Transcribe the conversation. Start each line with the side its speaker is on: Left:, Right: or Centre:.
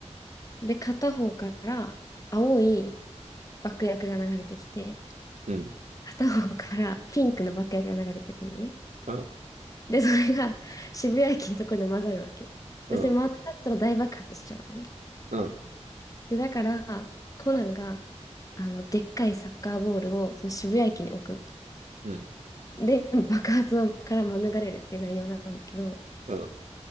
Left: で、片方から青い爆薬が流れてきて、
Right: うん、
Left: 片方からピンクの爆薬が流れてくるのね。
Right: うん、
Left: で、それが渋谷駅のところで混ざるわけ。で、
Right: うん、
Left: それ混ざったら大爆発しちゃうのね。
Right: うん、
Left: で、だから、コナンが、あの、でっかいサッカーボールをその渋谷駅に置くの。
Right: うん、
Left: で、爆発はから免れるっていう内容なんだけど、
Right: うん。